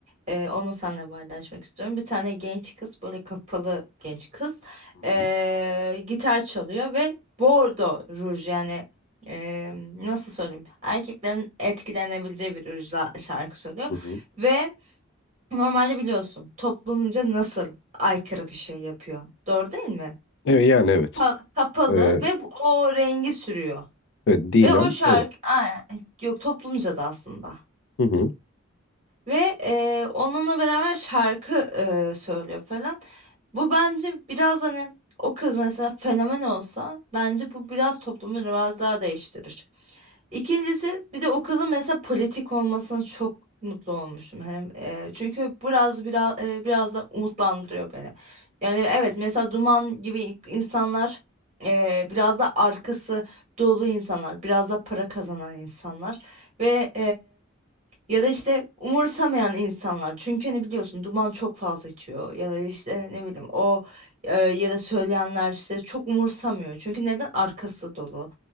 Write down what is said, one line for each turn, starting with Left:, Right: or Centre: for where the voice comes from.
Right: Ee, onu seninle paylaşmak istiyorum. Bir tane genç kız böyle kapalı genç kız
Left: Hı hı,
Right: eee, gitar çalıyor ve bordo ruj yani eee, nasıl söyleyeyim erkeklerin etkilenebileceği bir rujla şarkı söylüyor
Left: hı hı.
Right: ve normalde biliyorsun toplumca nasıl aykırı bir şey yapıyor doğru değil mi?
Left: Evet, yani evet.
Right: Pa- kapalı
Left: E,
Right: ve bu- o rengi sürüyor
Left: evet dinen
Right: ve o şarkı
Left: evet.
Right: Aa, yok toplumca da aslında.
Left: Hı hı.
Right: Ve eee, onunla beraber şarkı eee, söylüyor falan. Bu bence biraz hani o kız mesela fenomen olsa bence bu biraz toplumu biraz daha değiştirir. İkincisi bir de o kızın mesela politik olmasına çok mutlu olmuştum. hem eee, çünkü biraz biraz eee, biraz da umutlandırıyor beni. Yani evet
Left: Hı hı,
Right: mesela Duman gibi insanlar eee, biraz da arkası dolu insanlar, biraz da para kazanan insanlar ve ya da işte umursamayan insanlar. Çünkü hani biliyorsun duman çok fazla içiyor. Ya da işte
Left: hı hı,
Right: ne bileyim o e, ya da söyleyenler işte çok umursamıyor. Çünkü neden arkası dolu.